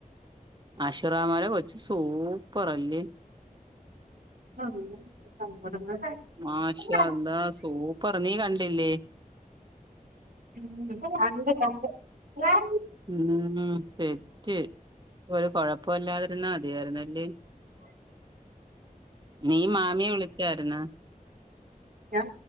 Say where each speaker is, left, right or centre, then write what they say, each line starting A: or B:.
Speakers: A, on the right (about 30°); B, on the right (about 90°).
A: മഷുറാമാരെ കൊച്ച് സൂപ്പറല്ലേ
B: <unintelligible>
A: മാഷ
B: കണ്ട്
A: അല്ലാഹ് സൂപ്പർ നീ കണ്ടില്ലേ
B: ഉം കണ്ട് കണ്ട് ഞാൻ
A: ഉം സെറ്റ് ഒരു കൊഴപ്പ ഇല്ലാതിരുന്നാ മതിയാര്ന്ന് അല്ലെ നീ മാമിയെ വിളിച്ചായിര്ന്നാ
B: ഞാൻ